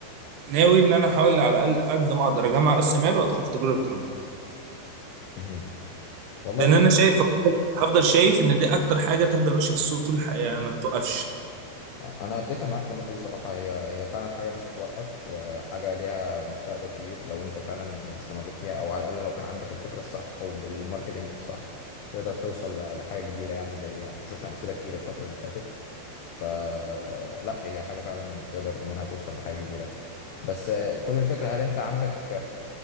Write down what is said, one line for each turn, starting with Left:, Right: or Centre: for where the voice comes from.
Right: ناوي ان انا احاول على الاقل قد ما اقدر اجمع راس مال وادخل في تجاره الكترونيه
Left: مهم. والله
Right: لان انا شايف هفضل شايف ان دي اكتر حاجه تفضل ماشيه في السوق طول الحياه يعني ما تتوقفش
Left: انا اتفق معاك في النقطه دي صراحه هي هي فعلا حاجه مش هتوقف وحاجه ليها مستقبل كبير لو انت فعلا استمريت فيها او على الاقل لو كان عندك الفكره الصح وبالماركتنج الصح تقدر توصل ل- لحاجه كبيره يعني زي ما احنا شفنا امثله كتير الفتره اللي فاتت فلا هي حاجه فعلا تقدر منها توصل لحاجه كبيره بس آه، كل الفكره هل انت عندك